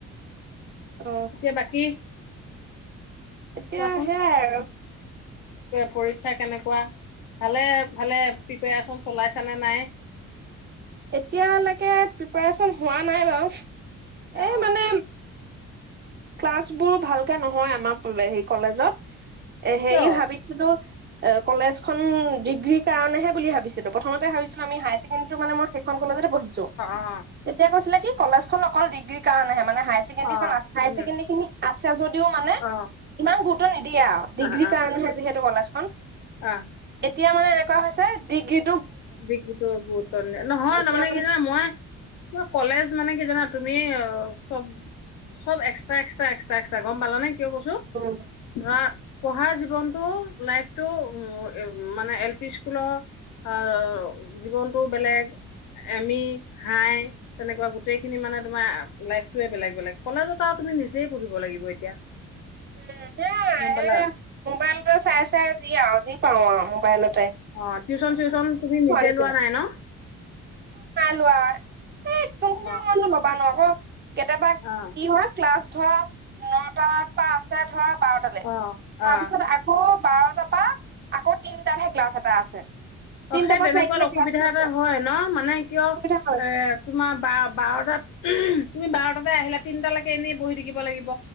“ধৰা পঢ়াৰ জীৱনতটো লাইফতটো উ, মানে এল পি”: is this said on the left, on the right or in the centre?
Left